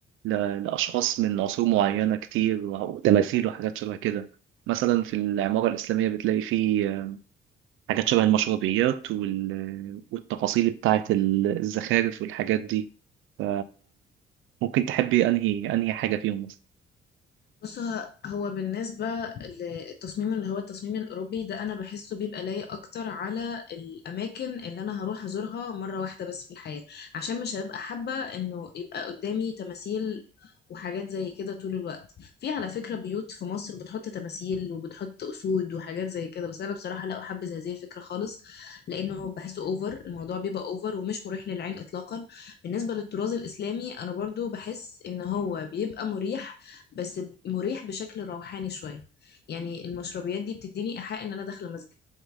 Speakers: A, on the right (about 85°); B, on the left (about 55°).
A: ل- لأشخاص من عصور معينة كتير وتماثيل وحاجات شبه كده مثلا في العمارة الإسلامية بتلاقي فيه آه، حاجات شبه المشربيات وال- والتفاصيل بتاعة ال- الزخارف والحاجات دي ف- ممكن تحبي أنهي أنهي حاجة فيهم مثلا
B: بص ه- هو بالنسبة للتصميم اللي هو التصميم الأوروبي ده أنا بحسه بيبقى لايق أكتر على الأماكن اللي أنا هروح أزورها مرة واحدة بس في الحياة عشان مش هبقى حابة إنه يبقى قدامي تماثيل وحاجات زي كده طول الوقت في على فكرة بيوت في مصر بتحط تماثيل وبتحط أسود وحاجات زي كده بس أنا بصراحة لا أحبذ هذه الفكرة خالص لأنه بحسه أوفر الموضوع بيبقى أوفر ومش مريح للعين إطلاقا بالنسبة للطراز الإسلامي أنا برضو بحس إن هو بيبقى مريح بس مريح بشكل روحاني شوية يعني المشربيات دي بتديني إيحاء إن أنا داخلة مسجد